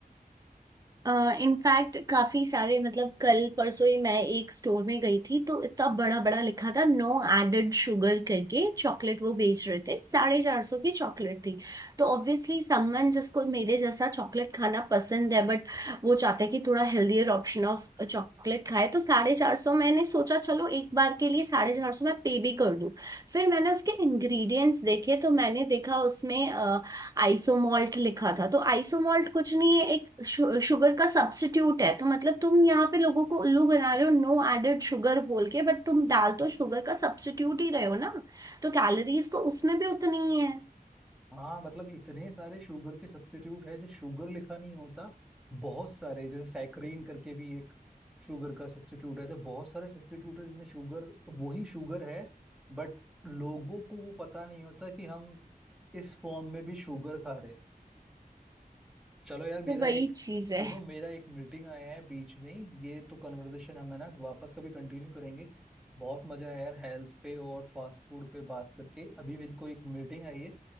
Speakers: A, on the right (about 20°); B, in the centre.
A: इनफैक्ट काफी सारे मतलब कल परसों ही मैं एक स्टोर में गई थी तो इतना बड़ा बड़ा लिखा था नो एडेड शुगर करके चॉकलेट वो बेच रहे थे साढ़े चार सौ की चॉकलेट थी तो ऑब्वियसली समवन जिसको मेरे जैसा चॉकलेट खाना पसंद है बट वो चाहता है कि थोड़ा हेल्दियर ऑप्शन ऑफ चॉकलेट खाए तो साढ़े चार सौ मैंने सोचा चलो एक बार के लिए साढ़े चार सौ मैं पे भी कर दूं फिर मैंने उसके इंग्रेडिएंट्स देखे तो मैंने देखा उसमें आइसोमॉल्ट लिखा था तो आइसोमॉल्ट कुछ नहीं है एक शु, शुगर का सब्स्टिट्यूट है तो मतलब तुम यहाँ पे लोगों को उल्लू बना रहे हो नो एडेड शुगर बोल के बट तुम डाल तो शुगर का सब्स्टिट्यूट ही रहे हो ना तो कैलोरीज तो उसमें भी उतनी ही है
B: हाँ मतलब इतने सारे शुगर के सब्स्टिट्यूट है जो शुगर लिखा नहीं होता बहुत सारे जैसे सैकरीन करके भी एक शुगर का सब्स्टिट्यूट है ऐसे बहुत सारे सब्स्टिट्यूट है जिनमें शुगर वही शुगर है बट लोगों को वो पता नहीं होता कि हम इस फॉर्म में भी शुगर खा रहे हैं चलो यार मेरा
A: तो वही
B: एक
A: चीज
B: सुनो
A: है
B: मेरा एक मीटिंग आया है बीच में ही ये तो कन्वर्सेशन हम है ना वापस कभी कंटिन्यू करेंगे बहुत मजा आया यार हेल्थ पे और फास्ट फूड पे बात करके अभी मेरी को एक मीटिंग आई है